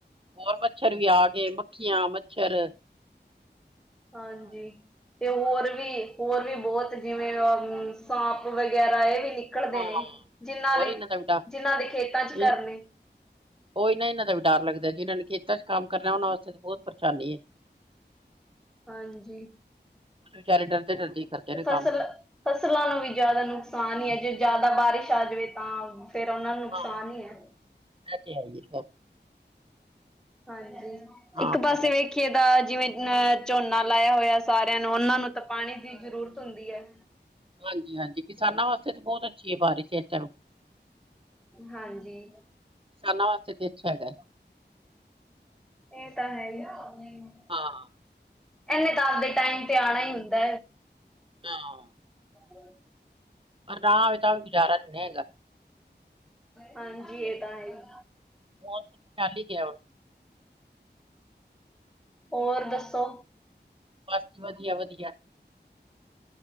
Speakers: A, on the right; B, in the centre.
A: ਹੋਰ ਮੱਛਰ ਵੀ ਆ ਗਏ ਮੱਖੀਆਂ-ਮੱਛਰ।
B: ਹਾਂਜੀ ਤੇ ਹੋਰ ਵੀ ਹੋਰ ਵੀ ਬਹੁਤ ਜਿਵੇਂ ਅ ਸਾਂਪ ਵਗੈਰਾ ਇਹ ਵੀ ਨਿ ਨਕਲਦੇ
A: ਹਾਂ
B: ਨੇ ਜਿਨਾ
A: ਹੋਰ
B: ਦੇ,
A: ਇਹਨਾਂ ਦਾ ਵੀ ਡਰ
B: ਜਿਨਾ ਦੇ ਖੇਤਾ ਚ ਘਰ
A: ਇਹ
B: ਨੇ।
A: ਉਹ ਹੀ ਨਾ ਇਹਨਾ ਦਾ ਵੀ ਡਰ ਲੱਗਦਾ ਜਿਹਨਾਂ ਨੇ ਖੇਤਾਂ ਚ ਕੰਮ ਕਰਨਾ ਉਹਨਾ ਵਾਸਤੇ ਬਹੁਤ ਪਰੇਸ਼ਾਨੀ ਏ। <inaudible>
B: ਹਾਂਜੀ
A: ਕੁਛ ਵਿਚਾਰੇ ਡਰਦੇ-ਡਰਦੇ ਹੀ ਕਰਦੇ
B: ਤੇ
A: ਨੇ
B: ਫਸਲ
A: ਕੰਮ
B: ਫਸਲਾਂ ਨੂੰ ਵੀ ਜਾਦਾ ਨੁਕਸਾਨ ਹੀ ਏ ਜੇ ਜਾਦਾ ਬਾਰਿਸ਼ ਆ ਜਾਵੇ ਤਾ। ਫੇਰ ਉਨਾ ਨੂੰ ਨੁਕਸਾਨ
A: ਹਾਂ
B: ਹੀ ਏ।
A: ਇਹ ਤੇ ਹੈ ਹੀ ਹੈ <unintelligible>
B: ਹਾਂਜੀ
A: ਹਾਂ
B: ਇੱਕ ਪਾਸੇ
A: ਪੀਲਾ
B: ਵੇਖ ਵੇਖੀਏ ਤਾ ਜਿਵੇ ਅਹ ਝੋਨਾ ਲਾਇਆ ਹੋਇਆ ਸਾਰਿਆ ਨੂੰ ਉਹਨਾ ਨੂੰ ਤਾ ਪਾਣੀ ਦੀ ਜ਼ਰੂਰਤ ਹੁੰਦੀ ਏ।
A: ਹਾਂਜੀ-ਹਾਂਜੀ ਕਿਸਾਨਾਂ ਵਾਸਤੇ ਤਾਂ ਬੌਤ ਅੱਛੀ ਏ ਬਾਰਿਸ਼ ਏ ਚਲੋ ਕਿਸਾਨਾਂ
B: ਹਾਂਜੀ।
A: ਵਾਸਤੇ ਤੇ ਅੱਛਾ ਹੈਗਾ।
B: ਏ ਤਾਂ ਹੈਈ ਏ <unintelligible>
A: ਹਾਂ
B: ਏਨੇ <unintelligible> ਦੇ ਟਾਈਮ ਤੇ ਆਣਾ ਈ ਹੁੰਦਾ।
A: <unintelligible>
B: ਹ <unintelligible>
A: ਪਰ ਨਾ ਹੋਵੇ ਤਾਂਵੀ ਗੁਜ਼ਾਰਾ ਨੀ ਹੈਗਾ।
B: ਹਾਂਜੀ ਏ ਤਾ ਹੈ ਈ।
A: ਮੌਸਮ ਚੱਲ ਹੀ ਗਿਆ ਓ।
B: ਔਰ ਦੱਸੋ?
A: ਬਸ ਜੀ ਵਧੀਆ-ਵਧੀਆ